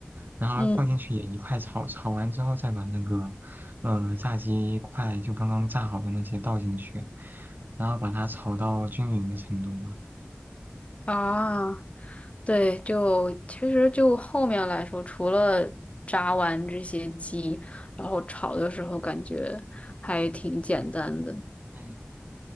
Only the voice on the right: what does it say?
然后放进去也一块炒，
炒完之后再把那个呃炸鸡块就刚刚炸好的那些倒进去，然后把它炒到均匀的程度嘛。
嗯，